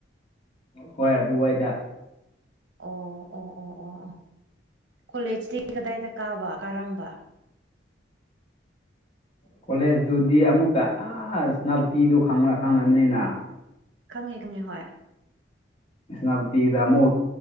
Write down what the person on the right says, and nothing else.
ꯑꯣ ꯑꯣ ꯑꯣ ꯑꯣ ꯑꯣ ꯀꯣꯂꯦꯁꯇꯤ ꯀꯗꯥꯏꯗ ꯀꯥꯕ ꯀꯥꯔꯝꯕ
ꯈꯪꯉꯦ ꯈꯪꯉꯦ ꯍꯣꯏ